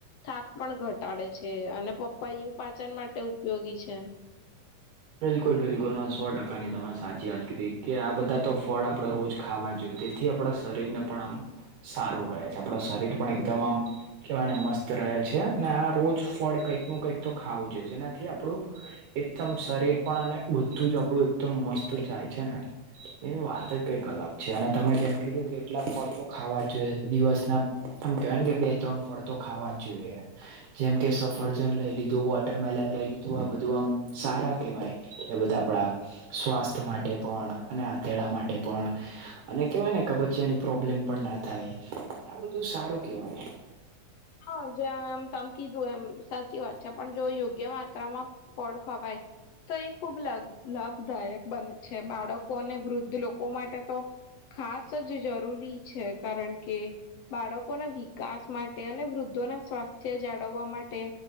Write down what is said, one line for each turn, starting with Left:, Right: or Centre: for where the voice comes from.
Left: થાક પણ ઘટાડે છે. છે અને પપૈયે પાચન માટે ઉપયોગી છે.
Right: બિલકુલ બિલકુલ સો ટકાની તમે સાચી વાત કરી કે આ બધા તો ફળ આપડે રોજ. ખાવા જોઈએ તેથી આપણા શરીરને પણ આમ સારું રહે છે આપણા શરીર પણ એકદમ આમ કેવાને મસ્ત રહે છે અને આ રોજ ફળ કંઈક ન કંઈક તો ખાવું જોઈએ જેનાથી આપડું એકદમ શરીર પણ અને બધું જ આપડું એકદમ મસ્ત જાય છે. એની વાત જ કઈક અલગ છે અને તમે જેમ કીધું કેટલાક ફળતો ખાવા જોઈએ દિવસના તમ કેહેવાય ને કે બે ત્રણ ફળ તો ખાવા જ જોઈએ. જેમ કે સફરજન લઈ લીધું, વોટરમેલન લઈ લીધું આ બધું આમ સારા કે ભાઈ એ બધા આપણા સ્વાસ્થ માટે પણ અને આ તેડા માટે પણ અને કેવાય ને, કબચિયાની પ્રોબ્લેમ પણ ના થાય, આ બધું સારું કેવાય.
Left: હા, જેમ આમ તમે કીધું એમ, સાચી વાત છે, પણ જો યોગ્ય માત્રામાં ફળ ખવાય તો, એ ખુબ લગ લાભદાયક બને છે, બાળકો અને વૃદ્ધ લોકો માટે તો ખાસ જ જરૂરી છે, કારણ કે બાળકોના વિકાસ માટે. અને વૃદ્ધો ના સ્વાસ્થ્ય જાળવવા માટે